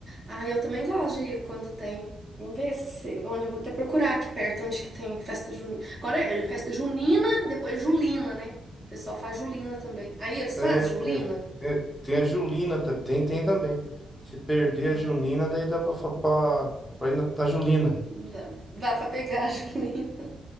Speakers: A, on the right (about 25°); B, in the centre.
A: Ah, eu também gosto de ir quando tem. Vamos ver se, se- onde eu vou até procurar aqui perto, onde que tem festa junina. Agora é é festa junina, depois julina, né? O pessoal faz julina também. Aí eles
B: É,
A: fazem
B: tem,
A: julina?
B: a- tem, tem a Julina também. Tem, tem também. Se perder
A: É,
B: a Julina, daí dá pra, fa- pra, pra ir na, na Julina.
A: dá, dá pra pegar a <laughs> julina.